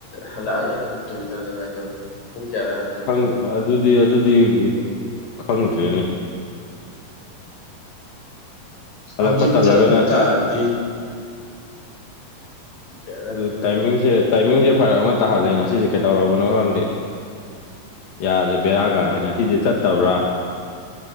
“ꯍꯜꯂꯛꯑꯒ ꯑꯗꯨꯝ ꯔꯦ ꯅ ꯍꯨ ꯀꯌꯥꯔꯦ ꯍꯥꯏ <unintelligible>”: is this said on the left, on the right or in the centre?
Left